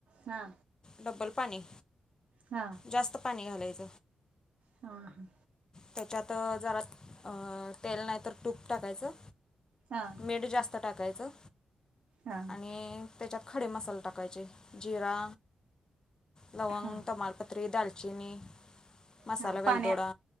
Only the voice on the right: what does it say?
हा
हा
हा ह
हा
हा
हा
हा
पाण्यात